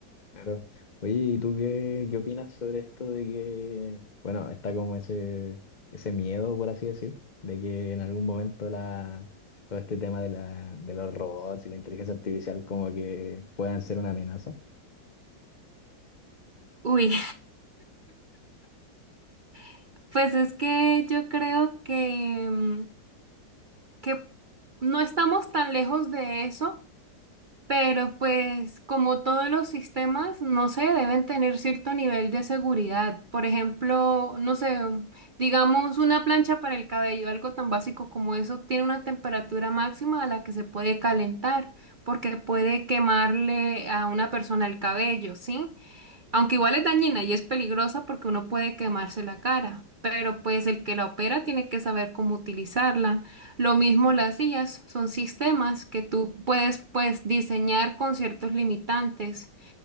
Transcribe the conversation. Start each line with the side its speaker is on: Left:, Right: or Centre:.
Left: Claro. Oye, ¿y tú qué, qué opinas sobre esto de que, bueno, está como ese, ese miedo, por así decir, de que en algún momento la, todo este tema de, la, de los robots y la inteligencia artificial como que puedan ser una amenaza?
Right: Uy, <laughs> pues es que yo creo que, mm, que no estamos tan lejos de eso, pero pues como todos los sistemas, no sé, deben tener cierto nivel de seguridad. Por ejemplo, no sé, mm, digamos una plancha para el cabello, algo tan básico como eso, tiene una temperatura máxima a la que se puede calentar, porque puede quemarle a una persona el cabello, ¿sí? Aunque igual es dañina y es peligrosa porque uno puede quemarse la cara, pero pues el que la opera tiene que saber cómo utilizarla. Lo mismo las IAs, son sistemas que tú puedes pues diseñar con ciertos limitantes.